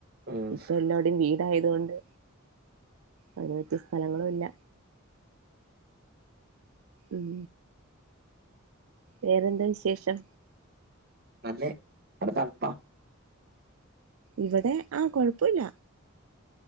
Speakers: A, on the right; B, on the right.
A: ഉം
B: ഇപ്പൊ എല്ലാടോം വീടായതു കൊണ്ട് അതിനു പറ്റിയ സ്ഥലങ്ങളുംയില്ല ഉം വേറെന്തുവാ വിശേഷം
A: നല്ലെ തണുപ്പാ
B: ഇവിടെ ആ കൊഴപ്പില്ല